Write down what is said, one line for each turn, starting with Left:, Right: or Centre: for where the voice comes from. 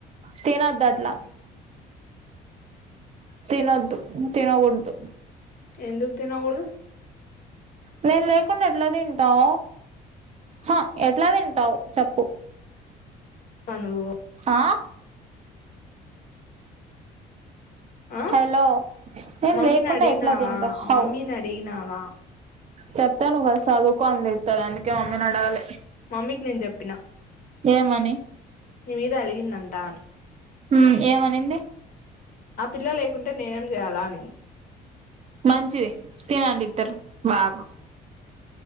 Right: తినద్ధట్ల తినొద్దు తినకూడదు.
Left: ఎందుకు తినకూడదు.
Right: నేను లేకుండా ఎట్లా తింటావు హ ఎట్లా తింటావు చెప్పు
Left: ఆ నువ్వు
Right: ఆ
Left: ఆ
Right: హలో నేన్
Left: మమ్మీని
Right: లేకుండా
Left: అడిగినావా
Right: ఎట్లా తింటావ్ హావ్
Left: మమ్మీని అడిగినావా
Right: చెప్తాను ఫస్ట్ చదువుకో అని తిడతారు అందుకే మమ్మనడగలే
Left: మమ్మీకి నేను చెప్పిన
Right: ఏమని
Left: నీ మీద అలిగిందంట అని
Right: ఊ ఏమనింది.
Left: ఆ పిల్ల లేకుంటే నేనేం చేయాలా అనింది.
Right: మంచిది తినండి ఇద్దరు బాగా